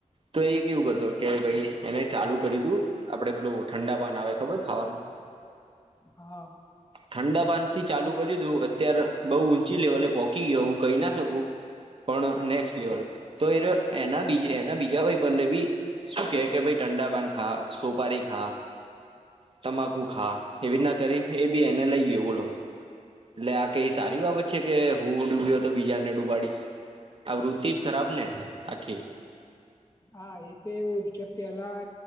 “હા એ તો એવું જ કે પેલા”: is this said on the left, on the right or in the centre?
Left